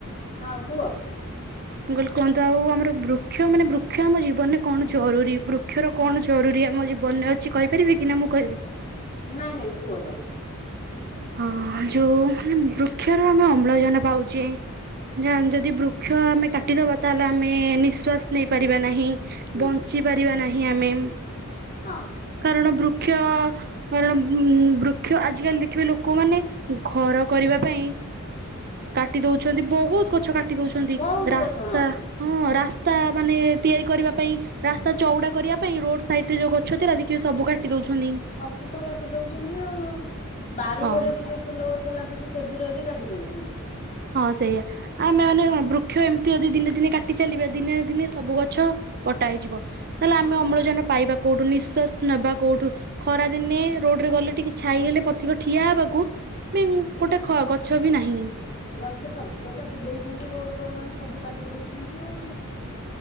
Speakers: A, on the left (about 40°); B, on the right (about 45°).
A: ହଁ କୁହ।
B: ମୁଁ କହିଲି କୁହନ୍ତୁ। ଆଉ ଆମର ବୃକ୍ଷ ମାନେ ବୃକ୍ଷ ଆମ ଜୀବନରେ କଣ ଜରୁରୀ ବୃକ୍ଷର କଣ ଜରୁରୀ ଆମ ଜୀବନରେ ଅଛି କହିପାରିବେ କି ନା ମୁଁ କହିବି।
A: ନାଇଁ ନାଇଁ କୁହ ତମେ।
B: ହଁ ଯୋଉ ମାନେ ବୃକ୍ଷରୁ ଆମେ ଅମ୍ଳଜାନ ପାଉଚେ। ଜାଣ ଯଦି ବୃକ୍ଷ ଆମେ କାଟିଦେବା ତାହେଲେ ଆମେ ନିଶ୍ୱାସ ନେଇପାରିବା ନାହିଁ।
A: ହୁଁ।
B: ବଞ୍ଚିପାରିବା ନାହିଁ ଆମେ।
A: ହୁଁ ହଁ
B: କାରଣ ବୃକ୍ଷ କାରଣ ଉଁ ବୃକ୍ଷ ଆଜି କାଲି ଦେଖ ଦେଖିବେ ଲୋକମାନେ ଘର କରିବା ପାଇଁ କାଟି ଦଉଛନ୍ତି ବହୁତ ଗଛ କାଟି ଦଉଛନ୍ତି।
A: ବହୁତ
B: ରାସ୍ତା
A: ଗଛ ହଁ।
B: ହଁ ରାସ୍ତା ମାନେ ତିଆରି କରିବା ପାଇଁ ରାସ୍ତା ଚଉଡା କରିବା ପାଇଁ ରୋଡ଼ ସାଇଟରେ ଯୋଉ ଗଛ ଥିଲା ଦେଖିବେ ସବୁ କାଟି ଦଉଛନ୍ତି।
A: ସବୁ ତ କାଟି ଦଉଚନ୍ତି ଆଉ। ବାଡ଼ି
B: ହଁ
A: ଘରେ ବି ଯୋଉ ଫୁଲ ଗଛ ଲାଗୁଚି ସେଗୁଡ଼ା ବି କାଟି ଦଉଚନ୍ତି
B: ହଁ ସେଇଆା ଆମେ ମାନେ ବୃକ୍ଷ ଏମିତି ଯଦି ଦିନେ ଦିନେ କାଟି ଚାଲିବା ଦିନେ ଦିନେ ସବୁ ଗଛ କଟା ହେଇଯିବ ତାହେଲେ
A: ହଁ।
B: ଆମେ ଅମ୍ଳଜାନ ପାଇବା କୋଉଠୁ ନିଶ୍ବାାସ ନେବା କୋଉଠୁ। ଖରା ଦିନେ ରୋଡରେ ଗଲେ ଟିକେ ଛାଇହେଲେ ପଥିକ ଠିଆ ହେବାକୁ ମେନ୍ ଗୋଟେ ଖ ଗଛ ବି ନାହିଁ।
A: ଗଛ ସବୁ ତ କାଟି ଦେଇଚନ୍ତି ରୋଡ୍ କର ମାନେ ସବୁ କାଟି ଦଉଚନ୍ତି ଆଉ।